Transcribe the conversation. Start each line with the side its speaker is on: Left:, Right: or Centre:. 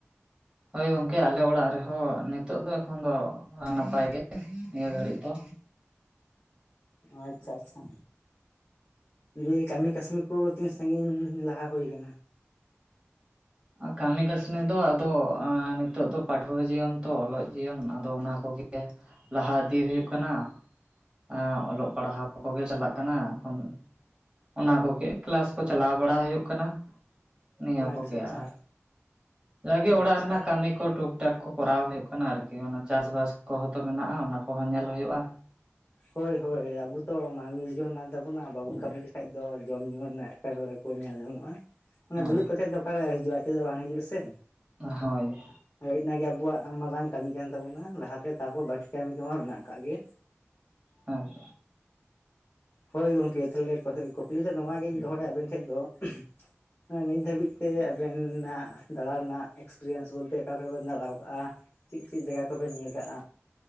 Right: ᱦᱳᱭ ᱜᱚᱝᱠᱮ ᱟᱞᱮ ᱚᱲᱟᱜ ᱨᱮᱦᱚᱸ ᱱᱤᱛᱚᱜ ᱫᱚ ᱮᱠᱷᱚᱱ ᱫᱚ ᱱᱟᱯᱟᱭ ᱜᱮ ᱱᱤᱭᱟᱹ ᱫᱷᱟᱹᱲᱤᱡ ᱫᱚ
Left: ᱟᱪᱷᱟ ᱟᱪᱷᱟ ᱫᱤᱭᱮ ᱠᱟᱹᱢᱤ ᱠᱟᱹᱥᱱᱤ ᱠᱩ ᱛᱤᱥ ᱥᱟᱹᱜᱤᱧ ᱞᱟᱦᱟ ᱦᱩᱭ ᱠᱟᱱᱟ?
Right: ᱟ ᱠᱟᱹᱢᱤ ᱠᱟᱹᱥᱱᱤ ᱫᱚ ᱟᱫᱚ ᱮᱸ ᱱᱤᱛᱚᱜ ᱫᱚ ᱯᱟᱹᱴᱷᱩᱣᱟᱹ ᱡᱤᱭᱚᱱ ᱛᱚ ᱚᱞᱚᱜ ᱡᱤᱭᱚᱱ ᱟᱫᱚ ᱚᱱᱟ ᱠᱚᱜᱮ᱾ ᱞᱟᱦᱟ ᱤᱫᱤ ᱦᱩᱭᱩᱜ ᱠᱟᱱᱟ ᱮᱸ ᱚᱞᱚᱜ ᱯᱟᱲᱦᱟᱣ ᱠᱚᱜᱮ ᱪᱟᱞᱟᱜ ᱠᱟᱱᱟ ᱮᱠᱷᱚᱱ ᱚᱱᱟ ᱠᱚᱜᱮ ᱠᱞᱟᱥ ᱠᱚ ᱪᱟᱞᱟᱣ ᱵᱟᱲᱟ ᱦᱩᱭᱩᱜ ᱠᱟᱱᱟ ᱱᱤᱭᱟᱹ ᱠᱚᱜᱮ
Left: ᱟᱪᱪᱷᱟ ᱟᱪᱪᱷᱟ
Right: ᱟᱨ ᱡᱟᱜᱮ
Left: ᱟᱪᱪᱷᱟ
Right: ᱚᱲᱟᱜ ᱨᱮᱱᱟᱜ ᱠᱟᱹᱢᱤ ᱠᱚ ᱴᱩᱠ ᱴᱟᱠ ᱠᱚ ᱠᱚᱨᱟᱣ ᱦᱩᱭᱩᱜ ᱠᱟᱱᱟ ᱟᱨᱠᱤ ᱚᱱᱟ ᱪᱟᱥ-ᱵᱟᱥ ᱠᱚᱦᱚᱸ ᱛᱚ ᱢᱮᱱᱟᱜᱼᱟ ᱚᱱᱟ ᱠᱚᱦᱚᱸ ᱧᱮᱞ ᱦᱩᱭᱩᱜᱼᱟ᱾
Left: ᱦᱳᱭ ᱦᱳᱭ ᱟᱹᱵᱩ ᱛᱚ ᱢᱟᱹᱱᱢᱤ ᱡᱤᱭᱚᱱ ᱠᱟᱱ ᱛᱟᱹᱵᱩᱱᱟ ᱵᱟᱹᱵᱩᱱ ᱠᱟᱹᱢᱤ ᱞᱮᱠᱟᱷᱡ ᱫᱚ ᱡᱚᱢ ᱧᱩ ᱨᱮᱱᱟᱜ ᱮᱴᱠᱮᱴᱚᱬᱮ ᱠᱩ ᱧᱮᱞ ᱧᱟᱢᱚᱜᱼᱟ, ᱚᱱᱟ
Right: ᱦᱳᱭ
Left: ᱫᱩᱲᱩᱵ ᱠᱟᱛᱮᱜ ᱫᱚ ᱚᱠᱟᱨᱮ ᱦᱤᱡᱩᱜᱼᱟ ᱟᱡᱛᱮ ᱫᱚ ᱵᱟᱝ ᱦᱤᱡᱩᱜᱼᱟ ᱥᱮ
Right: ᱦᱳᱭ
Left: ᱦᱳᱭ ᱤᱱᱟᱹ ᱜᱮ ᱟᱹᱵᱩᱣᱟᱜ ᱢᱟᱨᱟᱝ ᱠᱟᱹᱢᱤ ᱠᱟᱱ ᱛᱟᱵᱚᱱᱟ ᱞᱟᱦᱟᱛᱮ ᱛᱟᱯᱚᱨ ᱵᱟᱹᱠᱤ ᱠᱟᱹᱢᱤ ᱠᱚᱢᱟ ᱢᱮᱱᱟᱜ ᱟᱠᱟᱜ ᱜᱮ᱾
Right: ᱟᱫᱚ
Left: ᱦᱳᱭ ᱜᱚᱝᱠᱮ ᱛᱟᱦᱞᱮ ᱠᱩᱠᱞᱤ ᱫᱚ ᱱᱚᱣᱟ ᱜᱮᱧ ᱫᱚᱦᱚᱭᱟ ᱟᱵᱮᱱ ᱴᱷᱮᱜ ᱫᱚ ᱦᱮᱸ ᱱᱤᱛ ᱫᱷᱟᱹᱵᱤᱡ ᱛᱮ ᱟᱵᱮᱱᱟᱜ ᱫᱟᱲᱟᱱᱟᱜ ᱮᱠᱥᱯᱨᱤᱭᱮᱱᱥ ᱵᱚᱞᱛᱮ ᱚᱠᱟ ᱠᱚᱨᱮ ᱵᱮᱱ ᱫᱟᱬᱟ ᱣᱟᱠᱟᱜᱼᱟ? ᱪᱮᱜ ᱪᱮᱜ ᱡᱟᱜᱟ ᱠᱚᱵᱮᱱ ᱧᱮᱞ ᱠᱟᱜᱼᱟ?